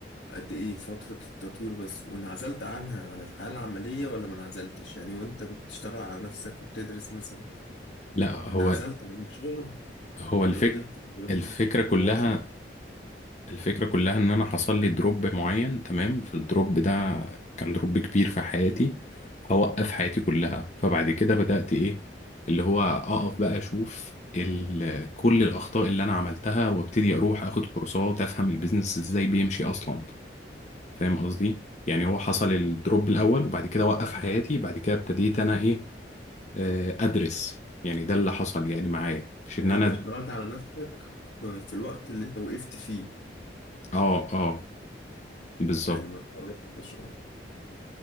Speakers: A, on the left; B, on the left.
A: قد إيه فترة التطوير بس وانعزلت عنها عن الحياة العملية ولا ما انعزلتش؟ يعني وأنت بتشتغل على نفسك وبتدرس مثلا
B: لا هو
A: انعزلت عن الشغل
B: هو
A: ولا
B: الفك
A: فضلت
B: الفكرة كلها
A: موظف
B: الفكرة كلها ان انا حصل لي دروب معين تمام فالدروب ده كان دروب كبير في حياتي هوقف حياتي كلها فبعد كده بدأت ايه اللي هو اقف بقى اشوف ال- كل الاخطاء اللي انا عملتها وابتدي اروح اخد كورسات افهم البيزنس ازاي بيمشي اصلا فاهم قصدي يعني هو حصل الدروب الاول وبعد كده وقف حياتي بعد كده ابتديت انا ايه آه، ادرس يعني ده اللي حصل يعني معايا مش
A: يعني
B: ان انا
A: انت اشتغلت على نفسك في في الوقت اللي انت وقفت فيه
B: اه اه بالظبط
A: يعني ما اتفرجتش اه